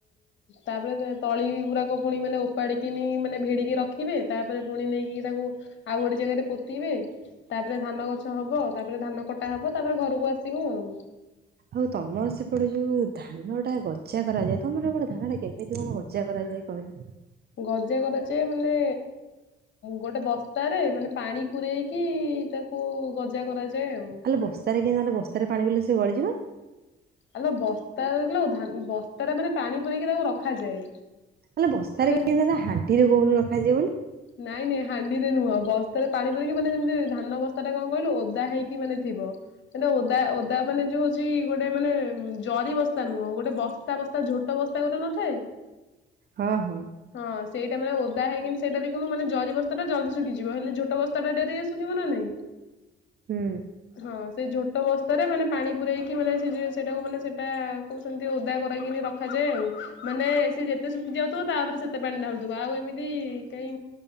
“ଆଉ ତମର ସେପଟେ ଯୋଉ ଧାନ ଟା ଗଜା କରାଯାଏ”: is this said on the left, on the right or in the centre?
Right